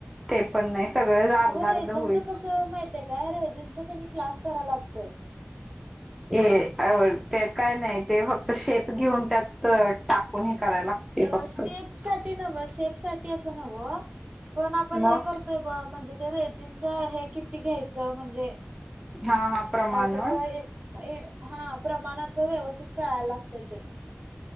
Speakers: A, in the centre; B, on the right (about 35°).
A: ते पण नाही. सगळंच अर्ध
B: अगं
A: अर्ध
B: रेजिंनच
A: होईल
B: कसं माहितय काय? रेजिंचा क नै क्लास करायला लागतोय.
A: ए <unintelligible> ते काय नाय ते फक्त शेप घेऊन त्यात टाकून हे करायला लागते
B: अ
A: फक्त
B: शेप साठी नव्ह शेप साठी अस नव्ह, पण आपण
A: मग
B: हे करतोय ब म्हणजे त रेजींच हे किती घ्यायचं म्हणजे?
A: हा हा प्रमाण
B: अ त्यात
A: होय
B: एक अ ए हां, प्रमाणाच व्यवस्थित कळायला लागतय ते